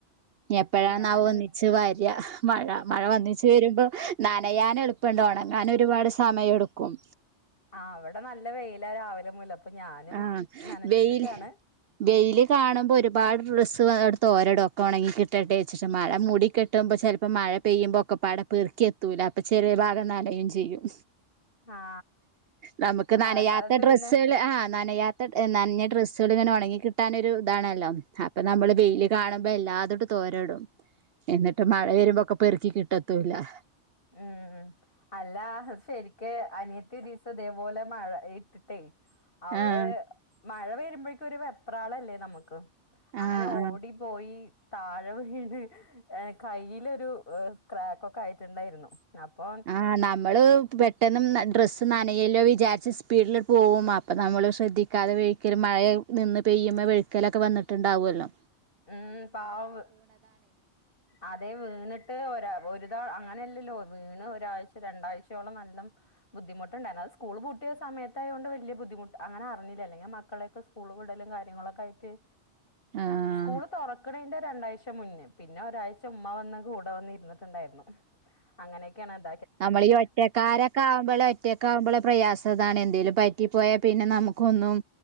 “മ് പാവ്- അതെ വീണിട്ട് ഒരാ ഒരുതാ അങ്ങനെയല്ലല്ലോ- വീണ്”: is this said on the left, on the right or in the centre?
Left